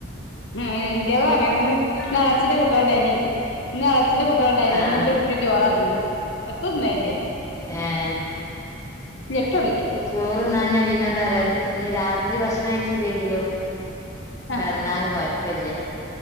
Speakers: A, on the left (about 70°); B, on the left (about 15°).
A: ഹേ ഇന്റെതും അങ്ങനെന്നെ. ഇന്ന് എളച്ചിന്റെ കുട്ട്യേള്ണ്ടായിനി ഇന്ന് എളച്ചിന്റെ കുട്ട്യേള്ണ്ടായിനി
B: ആഹ്
A: ഇന്ന് ഇന്റെ കു ട്ടിം ചോറാ തിന്നത് എത്തുന്നേല്ല്യാ <unintelligible>
B: ഏഹ് ചോറ്ന്നാഞാ പിന്നെന്താറിയൊ നി ഇഞ്ഞ് രാത്രി ഭക്ഷണം കയിച്ചീല്ലെങ്കിലും
A: ആഹ്
B: കെട്ന്നാല് കൊയ്പ്പല്യ.